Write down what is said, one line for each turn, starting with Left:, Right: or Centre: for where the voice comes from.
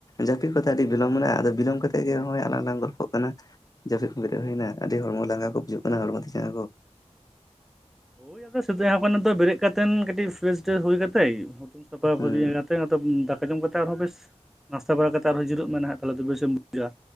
Left: ᱡᱟᱹᱯᱤᱜ ᱠᱚᱛᱮ ᱟᱹᱰᱤ ᱵᱤᱞᱚᱢ ᱢᱮᱱᱟᱜᱼᱟ, ᱟᱫᱚ ᱵᱤᱞᱚᱢ ᱠᱟᱛᱮᱜ ᱜᱮ ᱦᱚᱜᱼᱚᱭ ᱟᱞᱟᱝᱞᱟᱝ ᱜᱚᱞᱯᱷᱚᱜ ᱠᱟᱱᱟ᱾ ᱡᱟᱹᱯᱤᱫ ᱠᱷᱚᱱ ᱵᱮᱨᱮᱫ ᱦᱩᱭᱱᱟ ᱟᱹᱰᱤ ᱦᱚᱲᱢᱚ ᱞᱟᱸᱜᱟ ᱠᱚ ᱵᱩᱡᱷᱚᱜ ᱠᱟᱱᱟ ᱦᱚᱲᱢᱚ ᱛᱤ ᱡᱟᱸᱜᱟ ᱠᱚ᱾
Centre: ᱦᱳᱭ ᱟᱫᱚ ᱥᱤᱫᱤᱭᱟ ᱦᱚᱸᱜ ᱱᱤᱛᱚᱜ ᱵᱮᱨᱮᱜ ᱠᱟᱛᱮᱱ ᱠᱟᱹᱴᱤᱜ ᱯᱷᱮᱨᱥ ᱴᱨᱮᱥ ᱦᱩᱭ ᱠᱟᱛᱮᱜ ᱦᱩᱛᱩᱢ ᱥᱟᱯᱷᱟ
Left: ᱦᱮᱸ
Centre: ᱯᱷᱟᱹᱨᱤᱭᱟᱹ ᱠᱟᱛᱮᱜ ᱫᱚᱢ ᱫᱟᱠᱟ ᱡᱚᱢ ᱠᱟᱛᱮ ᱟᱨᱦᱚᱸ ᱵᱮᱥ ᱱᱟᱥᱛᱟ ᱵᱟᱲᱟ ᱠᱟᱛᱮ ᱟᱨᱦᱚᱸ ᱡᱤᱨᱟᱹᱜ ᱢᱮ ᱱᱟᱸᱦᱟᱜ ᱛᱟᱦᱚᱞᱮ ᱟᱹᱰᱤ ᱵᱮᱥᱮᱢ ᱵᱩᱡᱟᱹᱣᱟ᱾